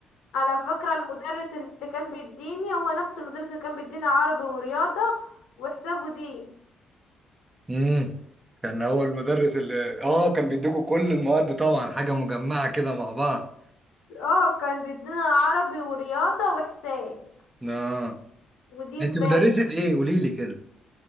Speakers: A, on the left; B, on the right.
A: انا فاكره المدرس اللي كان بيديني هو نفس المدرس اللي كان بيدينا عربي ورياضه وحساب ودين
B: امم كان هو المدرس اللي اه كان بيديكوا كل المواد طبعا حاجة مجمعة كده مع بعض
A: اه كان بيدينا عربي ورياضه وحساب
B: اه
A: ودين
B: انت مدرسة
A: باي
B: ايه قولي لي كده